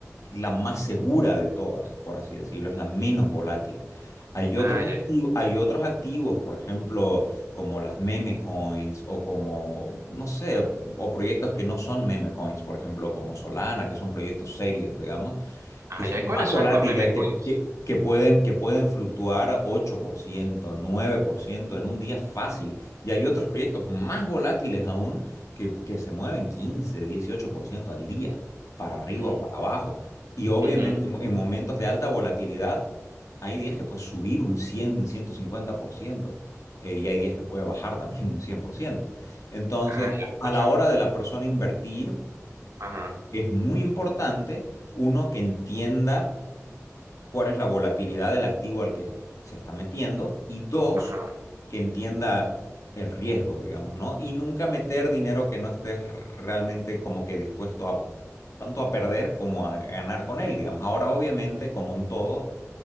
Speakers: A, on the left (about 80°); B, on the right (about 80°).
A: la más segura de todas, por así decirlo, es la menos volátil. Hay otros
B: Ah, ya.
A: activos, hay otros activos, por ejemplo, como las meme coins o como, no sé, o proyectos que no son meme coins, por ejemplo, como Solana, que son proyectos serios, digamos
B: Ah,
A: que son
B: ya. ¿Y cuáles
A: más volátiles,
B: son estos meme
A: que,
B: coins?
A: que- que pueden, que pueden fluctuar ocho por ciento nueve por ciento en un día fácil. Y hay otros proyectos más volátiles aún que, que se mueven quince dieciocho por ciento al día, para arriba
B: Ujú,
A: o para abajo. Y obviamente
B: ujú.
A: en, en momentos de alta volatilidad hay días que puede subir un 100, 150%. eh, y hay días que puede bajar también un cien por ciento Entonces,
B: Ah, ya, escucha.
A: a la hora de la persona invertir,
B: Ajá,
A: es muy importante uno que entienda cuál es la volatilidad del activo al que se está metiendo y dos,
B: ajá.
A: que entienda el riesgo, digamos, ¿no? Y nunca meter dinero que no estés realmente como que dispuesto a tanto a perder como a ganar con él, digamos. Ahora, obviamente, como un todo,